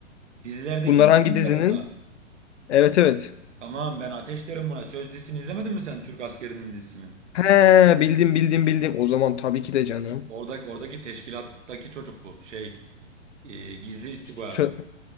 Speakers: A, on the right; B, on the left.
A: Dizilerdeki
B: Bunlar
A: ismiyle
B: hangi dizinin?
A: burada.
B: Evet evet.
A: Tamam ben Ateş derim buna. Söz dizisini izlemedin mi sen Türk askerinin dizisini?
B: He bildim bildim bildim. O zaman tabii ki de canım.
A: Oradaki, oradaki teşkilattaki çocuk bu. Şey, e, gizli istihbarat.
B: Sö-